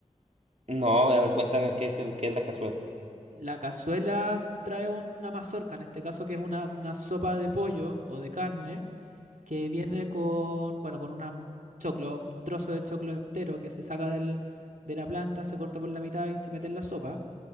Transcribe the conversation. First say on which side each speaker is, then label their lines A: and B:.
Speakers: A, on the right (about 60°); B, on the right (about 80°).
A: No, a ver, cuéntame qué es el, qué es la cazuela.
B: La cazuela trae una mazorca, en este caso que es una, una sopa de pollo o de carne, que viene con, bueno, con una choclo, un trozo de choclo entero que se saca del, de la planta, se corta por la mitad y se mete en la sopa.